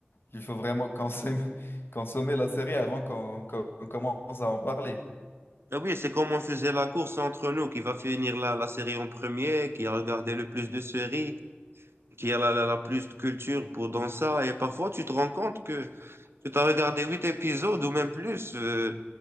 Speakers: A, on the left; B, on the right.
A: Il faut vraiment consommer, <laughs> consommer la série avant qu'on qu'on commence à en parler.
B: Ah oui, c'est comme on faisait la course entre nous, qui va finir la, la série en premier, qui a regardé le plus de séries, qui a la, la, la plus de culture pour dans ça. Et parfois, tu te rends compte que tu as regardé huit épisodes ou même plus, euh,